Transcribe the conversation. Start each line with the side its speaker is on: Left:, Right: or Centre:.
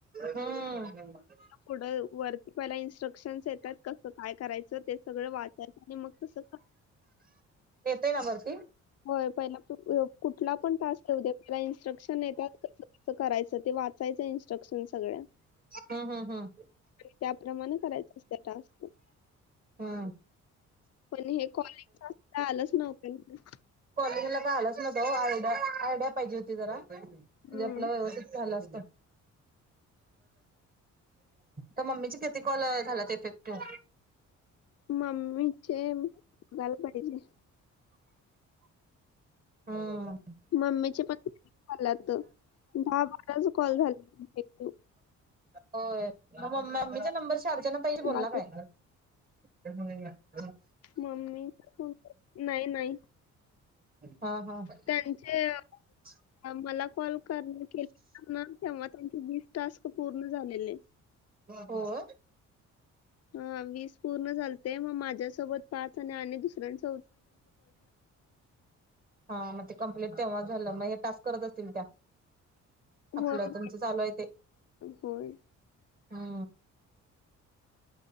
Right: हम्म
Left: पुढं वर्क पहिला ऑप्शन येतात कस काय करायचं ते सगळं वाचायचं आणि मग तस
Right: येतय ना भरती
Left: होय पहिला कुठला पण टास्क येऊ दे पहिले इन्स्ट्रक्शन येतात. करायचं ते वाचायचं इनस्ट्रक्शन सगळे
Right: हम्म हम्म हम्म
Left: त्याप्रमाणे करायच असतय टास्क
Right: हम
Left: पण हे कॉलिगच्या कुठ आलंच नव्हतं ना
Right: कॉलिंग ला काय आलंच नव्हतं हो आयडिया आयडिया पाहिजे होती जरा म्हणजे
Left: हम्म
Right: आपला व्यवस्थित झाल असत. अ मम्मीचे किती कॉल झाल्यात इफेक्टिव्ह
Left: मम्मीचे बघाय पाहिजे.
Right: हम्म
Left: मम्मीचे पण झाल्यात दहा बाराच कॉल झाल्यात
Right: होय मग मम्मीच्या नंबरच्या अर्चना तही बोलला
Left: बाकी
Right: काय <inaudible> <inaudible>
Left: मम्मी नाही नाही.
Right: हा हा <inaudible>
Left: त्यांचे मला कॉल केला ना तेव्हा त्यांचे वीस टास्क पूर्ण झालेले.
Right: होय
Left: हा वीस पूर्ण झालते मग माझ्यासोबत पाच आणि दुसऱ्यांस
Right: हा म ते कम्प्लीट तेव्हा झालं मग हे टास्क करत असतील त्या
Left: होय
Right: आपलं तुमचं चालू आहे
Left: होय
Right: हा